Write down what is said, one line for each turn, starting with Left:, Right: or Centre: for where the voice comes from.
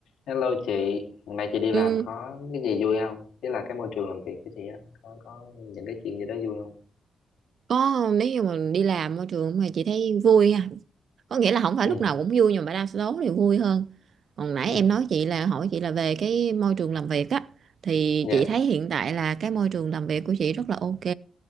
Left: Hello chị, hôm nay chị đi
Right: Ừ,
Left: làm có cái gì vui không? Thế là cái môi trường làm việc của chị á, có có những cái chuyện gì đó vui không?
Right: có nếu như mà đi làm môi trường mà chị thấy vui ha có nghĩa là không phải
Left: Ừ,
Right: lúc nào cũng vui nhưng mà đa số thì vui hơn còn nãy
Left: ừ,
Right: em nói chị là hỏi chị là về cái môi trường làm việc á thì
Left: dạ,
Right: chị thấy hiện tại là cái môi trường làm việc của chị rất là ok